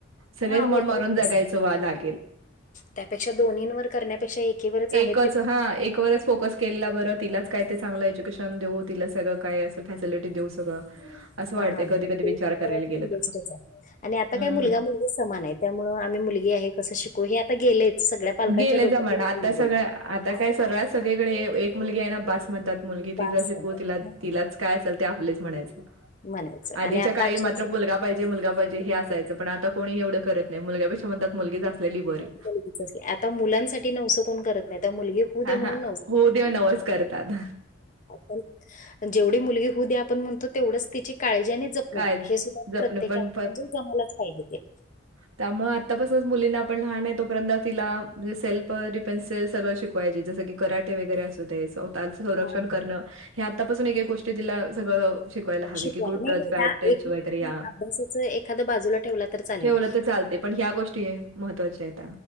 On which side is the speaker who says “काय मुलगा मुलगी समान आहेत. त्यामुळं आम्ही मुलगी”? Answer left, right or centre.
Left